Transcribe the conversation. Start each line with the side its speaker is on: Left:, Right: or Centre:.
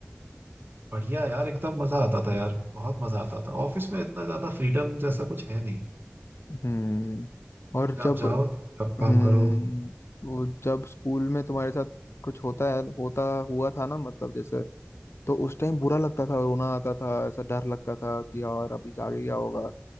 Right: बढ़िया यार एकदम मजा आता था यार बहुत मजा आता था ऑफिस में इतना ज्यादा फ्रीडम जैसा कुछ है नहीं
Left: हम्म और
Right: जब
Left: जब
Right: जाओ चुपचाप
Left: हम्म
Right: काम करो
Left: वो जब स्कूल में तुम्हारे साथ कुछ होता है होता हुआ था ना मतलब जैसे तो उस टाइम बुरा लगता था रोना आता था ऐसा डर लगता था कि यार अभी आगे क्या होगा
Right: हाँ,